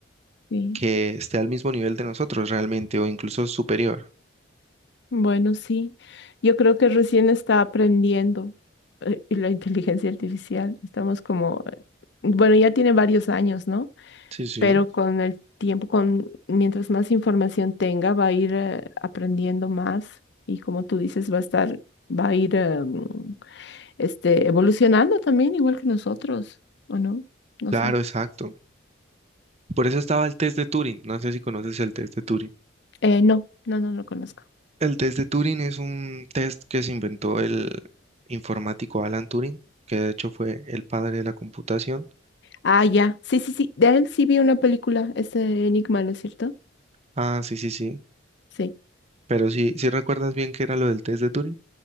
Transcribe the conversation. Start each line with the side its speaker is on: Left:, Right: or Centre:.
Left: Sí.
Right: que esté al mismo nivel de nosotros realmente o incluso superior.
Left: Bueno, sí. Yo creo que recién está aprendiendo eh, y la inteligencia artificial. Estamos como, eh, bueno, ya tiene varios años, ¿no?
Right: Sí, sí.
Left: Pero con el tiempo, con mientras más información tenga, va a ir eh, aprendiendo más y como tú dices, va a estar, va a ir eh, mm, este, evolucionando también, igual que nosotros, ¿o no? No
Right: Claro,
Left: sé.
Right: exacto. Por eso estaba el test de Turing. No sé si conoces el test de Turing.
Left: Eh, no, no, no lo conozco.
Right: El test de Turing es un test que se inventó el informático Alan Turing, que de hecho fue el padre de la computación.
Left: Ah, ya. Sí, sí, sí. De él sí vi una película, ese Enigma, ¿no es cierto?
Right: Ah, sí, sí, sí.
Left: Sí.
Right: Pero sí, sí recuerdas bien qué era lo del test de Turing.